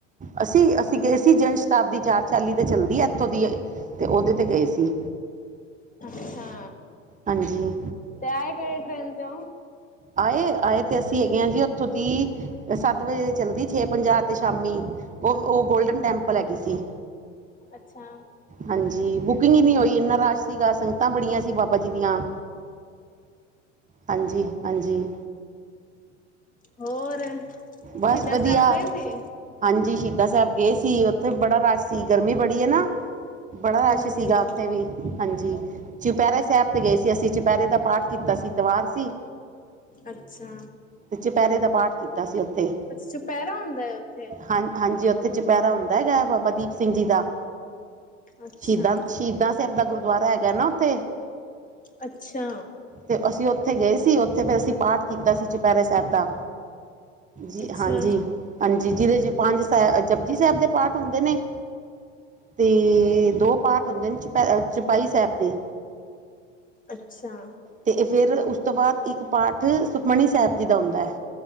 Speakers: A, on the right; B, on the left.
A: ਅਸੀਂ-ਅਸੀਂ ਗਏ ਸੀ ਜਨ ਸ਼ਤਾਬਦੀ ਚਾਰ ਚਾਲੀ ਤੇ ਚੱਲਦੀ ਆ ਇੱਥੋਂ ਦੀ। ਤੇ ਉਹਦੇ ਤੇ ਗਏ ਸੀ।
B: ਅੱਛਾ,
A: ਹਾਂਜੀ
B: ਤੇ ਆਏ ਕਿਹੜੇ ਟ੍ਰੇਨ ਤੇ ਉਹ?
A: ਆਏ-ਆਏ ਤੇ ਅਸੀਂ ਹੈਗੇ ਹਾਂ ਜੀ ਉੱਥੋਂ ਦੀ ਸੱਤ ਵਜੇ ਚੱਲਦੀ ਛੇ ਪੰਜਾਹ ਤੇ ਸ਼ਾਮੀ ਉਹ-ਉਹ ਗੋਲਡਨ ਟੈਂਪਲ ਹੈਗੀ ਸੀ।
B: ਅੱਛਾ।
A: ਹਾਂਜੀ, ਬੁਕਿੰਗ ਹੀ ਨਹੀਂ ਹੋਈ ਇੰਨਾ ਰਸ਼ ਸੀਗਾ ਸੰ ਸਗਤਾਂ ਬੜੀਆਂ ਸੀ ਬਾਬਾ ਜੀ ਦੀਆਂ ਹਾਂਜੀ। ਹਾਂਜੀ।
B: ਹੋਰ। ਸ਼ਹੀਦਾਂ
A: ਬਸ ਵਧੀਆ।
B: ਸਾਹਿਬ ਗਏ ਸੀ?
A: ਹਾਂਜੀ, ਸ਼ਹੀਦਾਂ ਸਾਹਿਬ ਗਏ ਸੀ, ਉੱਥੇ ਬੜਾ ਰਸ਼ ਸੀ। ਗਰਮੀ ਬੜੀ ਹੈਨਾ। ਬੜਾ
B: ਹਾਂਜੀ,
A: ਰਸ਼ ਸੀਗਾ ਉੱਥੇ ਵੀ ਹਾਂਜੀ। ਚੁਪਹਿਰੇ ਸਾਹਿਬ ਤੇ ਗਏ ਸੀ ਅਸੀਂ ਚੁਪਹਿਰੇ ਦਾ ਪਾਠ ਕੀਤਾ ਐਤਵਾਰ ਸੀ।
B: ਅੱਛਾ।
A: ਤੇ ਚਪਹਿਰੇ ਦਾ ਪਾਠ ਕੀਤਾ ਸੀ ਉੱਥੇ।
B: ਅੱਛਾ, ਚੁਪਹਿਰਾ ਹੁੰਦਾ ਉੱਥੇ।
A: ਹਾਂ ਹਾਂਜੀ, ਉੱਥੇ ਚਪਹਿਰਾ ਹੁੰਦਾ ਹੈਗਾ ਹੈ ਬਾਬਾ ਦੀਪ ਸਿੰਘ ਜੀ ਦਾ।
B: ਅੱਛਾ।
A: ਸ਼ਹੀਦਾਂ-ਸ਼ਹੀਦਾਂ ਸਾਹਿਬ ਦਾ ਗੁਰਦੁਆਰਾ ਹੈਗਾ ਨਾ ਉੱਥੇ, ਅੱਛਾ।
B: ਅੱਛਾ
A: ਤੇ ਅਸੀਂ ਉੱਥੇ ਗਏ ਸੀ, ਉੱਥੇ ਫਿਰ ਅਸੀਂ ਪਾਠ ਕੀਤਾ ਸੀ ਚੁਪਹਿਰੇ ਸਾਹਿਬ ਦਾ। ਜੀ
B: ਅੱਛਾ
A: ਹਾਂਜੀ-ਹਾਂਜੀ, ਜਿਹਦੇ ਚ ਪੰਜ ਸਾਹਿ ਜਪਜੀ ਸਾਹਿਬ ਦੇ ਪਾਠ ਹੁੰਦੇ ਨੇ। ਤੇ ਦੋ ਪਾਠ ਹੁੰਦੇ ਨੇ ਚੋਪਈ ਸਾਹਿਬ ਦੇ।
B: ਅੱਛਾ।
A: ਤੇ ਫਿਰ ਉਸ ਤੋਂ ਬਾਅਦ ਇੱਕ ਪਾਠ ਸੁਖਮਨੀ ਸਾਹਿਬ ਜੀ ਦਾ ਹੁੰਦਾ ਹੈ।